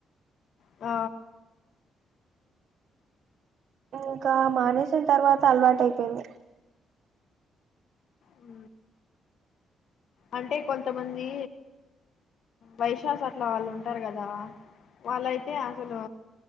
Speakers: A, on the left (about 70°); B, on the right (about 70°).
A: ఆ
B: ఇంకా మానేసిన్ తర్వాత అలవాటు అయిపోయింది.
A: ఊ అంటే కొంతమంది వైశ్యాస్ అట్లా వాళ్ళు ఉంటారు కదా వాళ్ళయితే అసలు